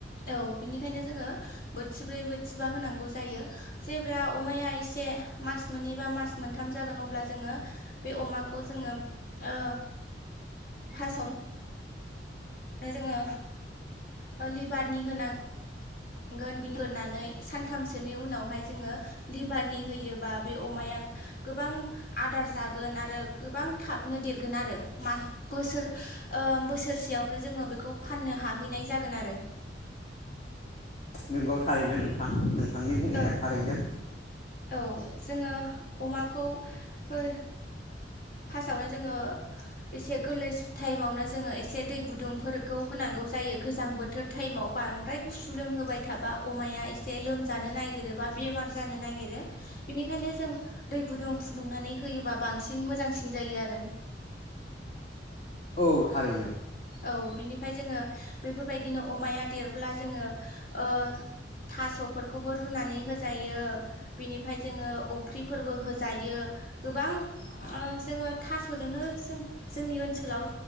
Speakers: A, on the left; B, on the left.
A: औ बिनिखायनो जोङो बोथिब्रै बोथिबा होनांगौ जायो। जेब्ला अमाया एसे मास मोननै बा मास मोनथाम जागोन अब्ला जोङो। बे अमाखौ जोङो ओ फारस्ट आवनो, ओ जोङो लिभारनि होना गोन बिनग्रोननानै सानथामसोनि उनावहाय जोङो लिभारनि होयोबा बे अमाया। गोबां आदार जागोन आरो गोबां थाबनो देरगोन आरो मा बोसोर ओ बोसोरसेयावनो जोङो बेखौ फाननो हाहैनाय जागोन आरो।
B: नोंगौ थारैनो नोंथां नोंथांनि बुंनाया
A: औ
B: थारैनो।
A: औ जोङो अमाखौ है फार्स्टआवनो जोङो। एसे गोरलै टाइमावनो जोङो एसे दै गुदुंफोरखौ होनांगौ जायो गोजां बोथोर, टाइमाव बांद्राय गुसु लोंहोबाय थाबा अमाया एसे लोमजानो नागिरोबा बेमार जानो ना नागेरो बिनिखायनो जों। दै गुदुं फुदुंनानै होयोबा बांसिन मोजांसिन जायो आरो।
B: औ थारैनो।
A: औ बिनिफ्राय जोङो बेफोरबायदिनो अमाया देरब्ला जोङो ओ, थास'फोरखौबो रुनानै होजायो। बिनिफ्राय जोङो अफ्रिफोरबो होजायो गोबां। ओ जोङो थास'जोंनो जों जोंनि ओनसोलाव।